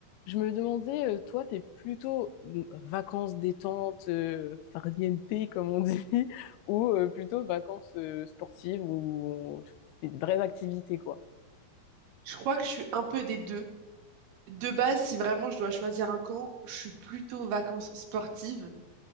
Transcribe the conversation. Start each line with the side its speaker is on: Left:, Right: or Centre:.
Left: Je me demandais, euh, toi, t'es plutôt euh, vacances détente, euh, farniente, comme on dit, <laughs> ou euh, plutôt vacances euh, sportives où on- tu fais de vraies activités, quoi.
Right: Je crois que je suis un peu des deux. De base, si vraiment je dois choisir un camp, je suis plutôt vacances sportives